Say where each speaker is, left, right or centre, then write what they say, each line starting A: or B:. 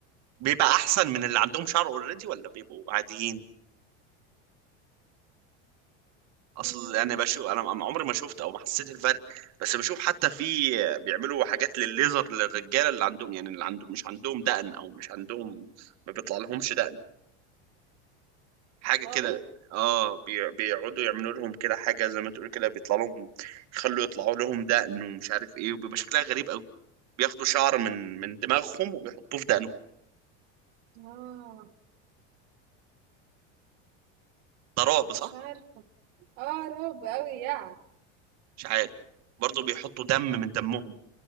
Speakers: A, on the right (about 50°); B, on the right (about 70°).
A: بيبقى احسن من اللي عندهم شعر اوريدي ولا بيبقوا عاديين اصل
B: مم.
A: انا بشوف انا أنا عمري ما شفت او ما حسيت الفرق بس بشوف حتى في بيعملوا حاجات للليزر للرجاله اللي عندهم يعني اللي عندهم مش عندهم دقن او مش عندهم ما بيطلع لهمش دقن حاجه
B: والله
A: كده اه بي- بيقعدوا يعملوا لهم كده حاجه زي ما تقول كده بيطلع لهم يخلوا يطلعوا لهم دقن ومش عارف ايه وبيبقى شكلها غريب قوي بياخدوا شعر من من دماغهم وبيحطوه في دقنهم
B: اه
A: ده رعب
B: مش
A: صح
B: عارفة اه رعب أوي يا <laughs>
A: مش عارف برضه بيحطوا دم من دمهم